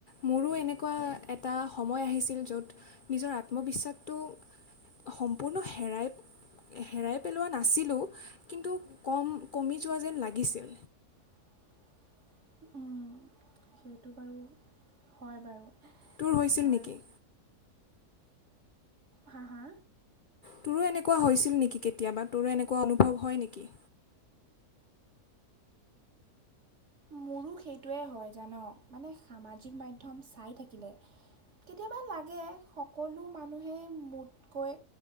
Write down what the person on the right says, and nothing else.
<unintelligible> উম, সেইটো বাৰু হয় বাৰু
তই
হা- হা
মোৰো সেইটোৱেই হয় জান মানে সামাজিক মাধ্যম চাই থাকিলে। কেতিয়াবা লাগে সকলো মানুহেই মোতকৈ